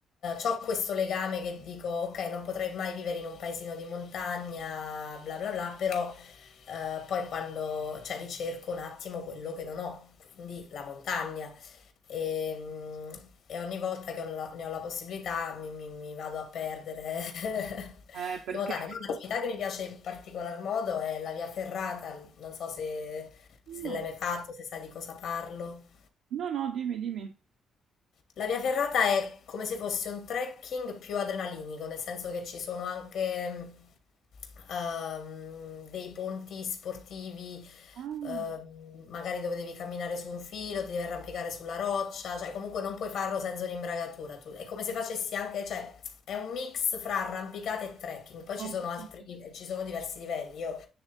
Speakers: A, on the left (about 75°); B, on the right (about 85°).
A: ho questo legame che dico, ok, non potrei mai vivere in un paesino di montagna, bla bla bla, però... Eh, poi quando, cioè, ricerco un attimo quello che non ho, quindi la montagna. E, mm, e ogni volta che ho la- ne ho la possibilità mi, mi- mi vado a perdere <laughs>
B: Eh, perché...
A: in montagna. Ma un'attività che mi piace in particolar modo è la via ferrata, non so se,
B: No,
A: se l'hai mai fatto, se sai di cosa parlo.
B: no, no, dimmi, dimmi.
A: La via ferrata è come se fosse un trekking più adrenalinico, nel senso che ci sono anche ehm, dei ponti sportivi,
B: Ah,
A: ehm, magari dove devi camminare su un filo, ti devi arrampicare sulla roccia, cioè comunque non puoi farlo senza un'imbragatura. Tu- è come se facessi anche, cioè è un mix fra arrampicata e trekking. Poi
B: ho
A: ci sono
B: capito.
A: altri, ci sono diversi livelli. Io